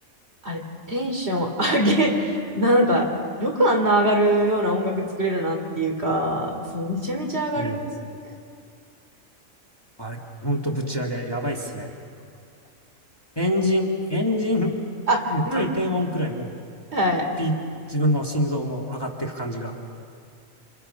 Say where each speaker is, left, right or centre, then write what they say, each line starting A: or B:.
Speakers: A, on the right; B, on the left.
A: あれ、テンション上げ、<laughs> なんか、よくあんな上がるような音楽作れるなっていうか、そう、めちゃめちゃ上がるんですよ。
B: うん。あれ、ほんとぶち上げ、やばいっすね。エンジン、エンジン
A: あ、
B: の回転音くらいもう、
A: うん。はい。
B: ピー、自分の心臓も上がっていく感じが。